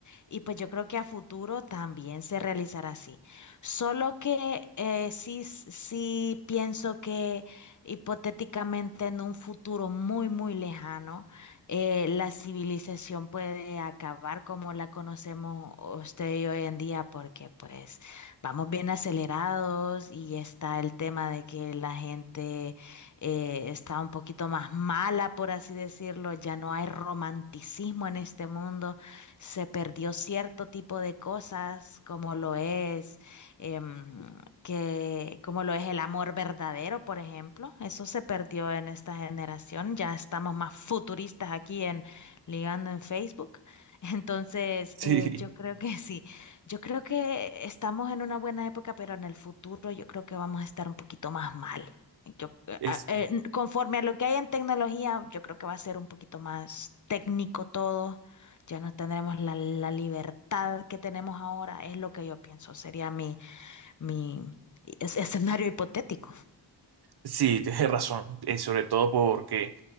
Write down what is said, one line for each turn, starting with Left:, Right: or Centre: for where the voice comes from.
Left: y pues yo creo que a futuro también se realizará así. Solo que eh, sí, sí pienso que hipotéticamente en un futuro muy, muy lejano, eh, la civilización puede acabar como la conocemos usted y hoy en día, porque pues vamos bien acelerados y está el tema de que la gente eh, está un poquito más mala, por así decirlo, ya no hay romanticismo en este mundo se perdió cierto tipo de cosas, como lo es, em, que, como lo es el amor verdadero, por ejemplo. Eso se perdió en esta generación. Ya estamos más futuristas aquí en Ligando en Facebook. <laughs> Entonces,
Right: Sí,
Left: eh, yo creo que sí. Yo creo que estamos en una buena época, pero en el futuro yo creo que vamos a estar un poquito más mal. Yo, eh,
Right: es,
Left: a- eh, n- conforme a lo que hay en tecnología, yo creo que va a ser un poquito más técnico todo ya no tendremos la, la libertad que tenemos ahora, es lo que yo pienso, sería mi, mi es- escenario hipotético.
Right: sí, tienes razón. Eh, sobre todo porque